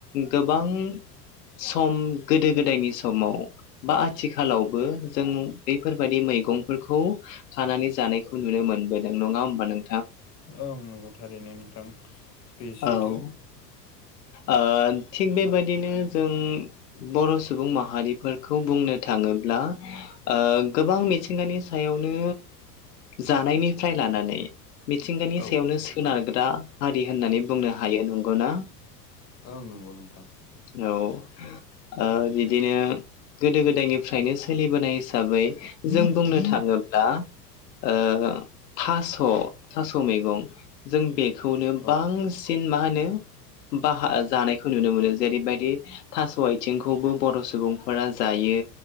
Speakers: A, on the left; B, on the left.
A: गोबां सम गोदो गोदायनि समाव बा आथिखालावबो जों मु बेफोरबायाददि मैगंफोरखौ खानानै जानायखौ नुनो मोनबोदों नङा होमबा नों
B: ओं नंगौ थारैनो नोंथां बे सैथो
A: औ ओ थिग बेबायदिनो जों बर' सुबुं माहारि फोरखौ बुंनो थाङोब्ला ओ गोबां मिथिंगानि सायावनो जानायनिफ्राय लानानै मिथिंगानि
B: औ
A: सायावनो सोनारग्रा हारि होननानै बुंनो हायो नंगौना
B: ओं नंगौ नोंथां
A: औ ओ बिदिनो गोदो गोदायनिफ्रायनो सोलिबोनाय हिसाबै जों बुंनो थाङोब्ला ओ थास' थास' मैगं जों बेखौनो बांसिन
B: औ
A: सिन मा होनो बाहा जानायखौ नुनो मोनो जेरैबायदि थास' आइथिंखौबो बर' सुबुंफोरा जायो